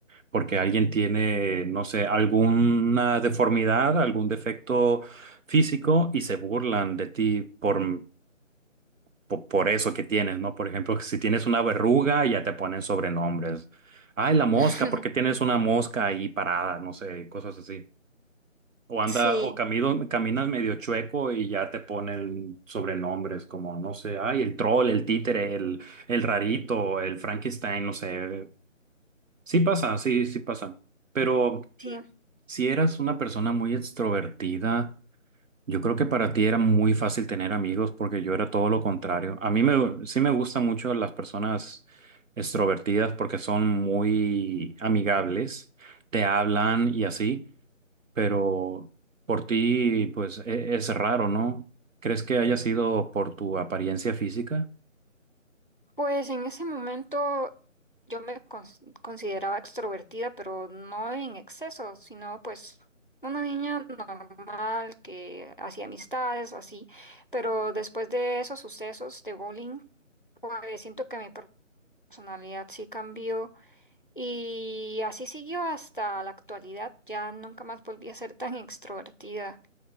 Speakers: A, on the right (about 75°); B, on the left (about 40°).
A: porque alguien tiene, no sé, alguna deformidad, algún defecto físico y se burlan de ti por, por, por eso que tienes, ¿no? Por ejemplo, si tienes una verruga, ya te ponen sobrenombres. Ay, la mosca,
B: <laughs>
A: porque tienes una mosca ahí parada, no sé, cosas así. O anda,
B: Sí,
A: o camino, caminas medio chueco y ya te ponen sobrenombres como, no sé, ay, el troll, el títere, el, el rarito, el Frankenstein, no sé. Sí pasa, sí, sí pasa. Pero
B: Sí,
A: Si eras una persona muy extrovertida, yo creo que para ti era muy fácil tener amigos porque yo era todo lo contrario. A mí me, sí me gustan mucho las personas extrovertidas porque son muy amigables, te hablan y así, pero por ti pues e- es raro, ¿no? ¿Crees que haya sido por tu apariencia física?
B: pues en ese momento yo me cons- consideraba extrovertida, pero no en exceso, sino pues una niña normal que hacía amistades, así. Pero después de esos sucesos de bowling, pues siento que mi per- personalidad sí cambió y así siguió hasta la actualidad. Ya nunca más volví a ser tan extrovertida,